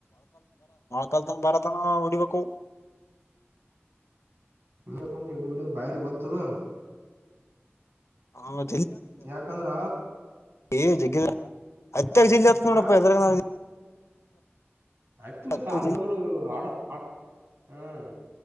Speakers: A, on the left; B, on the right.
A: ತಕ್ಕಾಲ ಭಾರತನ ಓಡಿವಕ್ಕು
B: ಇ ಕುಂತ ಹಿಡ್ಬಿಡ ಬೈರೆ ಗೊತ್ತಲ್ಲ
A: ಹೌ
B: ಯಾಕಂದ್ರ
A: ಏ ಜಗ್ ಅತ್ಯ ಜಿಲ್ಲೆತ್ ನೋಡಪ್ಪ
B: ಆ
A: ಎದರಾಗ ನಾವ
B: ಅತ್ತು ಮ
A: ಹತ್ತು
B: ಸಾಲ
A: ದಿನ
B: ೊಡ ೊಡ ಅಡ ಹ್ಮ್